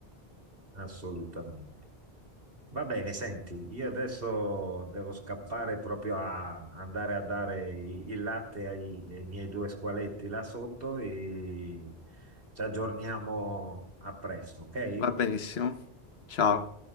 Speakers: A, on the right; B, on the left.
A: assolutamente. Va bene, senti, io adesso devo scappare proprio a andare a dare i- il latte ai, ai miei due squaletti là sotto e ci aggiorniamo a presto, ok?
B: Va benissimo. Ciao.